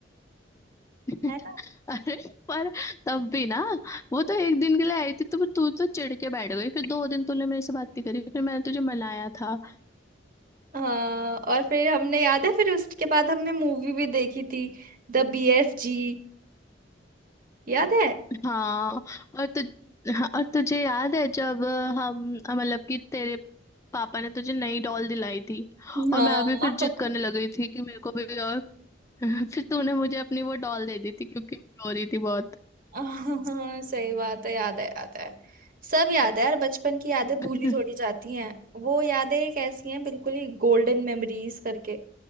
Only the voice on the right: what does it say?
है ना
हाँ और फिर हमने याद है फिर उसके बाद हमने मूवी भी देखी थी The बी एफ जी याद है
हाँ
<laughs>
हाँ हाँ, सही बात है याद है याद है सब याद है यार बचपन की यादें भूली
थोड़ी जाती हैं वो यादें एक ऐसी हैं बिल्कुल ही गोल्डन मेमोरीज करके